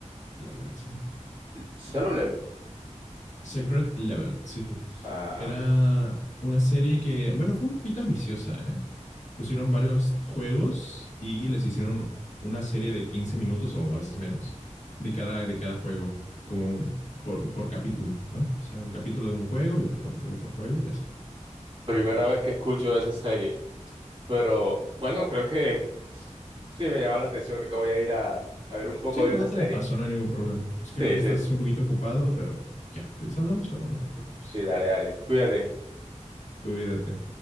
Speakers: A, on the left (about 75°); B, on the right (about 40°).
A: Level, sí.
B: Solo Level.
A: Secret Level, sí.
B: Ah,
A: Era una serie que, bueno, fue un poquito ambiciosa, ¿eh? pusieron varios juegos y les hicieron una serie de 15 minutos o a veces menos de cada, de cada juego, como por, por capítulo, ¿no? O sea, un capítulo de un juego y otro capítulo de otro juego y así.
B: primera vez que escucho de esa serie. Pero, bueno, creo que sí me llama la atención. Creo que voy a ir a, a ver un poco
A: Sí,
B: de
A: luego
B: esa serie.
A: te la paso, no hay ningún problema. Creo
B: Sí,
A: que
B: sí,
A: estás
B: sí.
A: un poquito ocupado, pero ya, les hablamos luego, no te preocupes.
B: Sí, dale, dale. Cuídate.
A: Cuídate.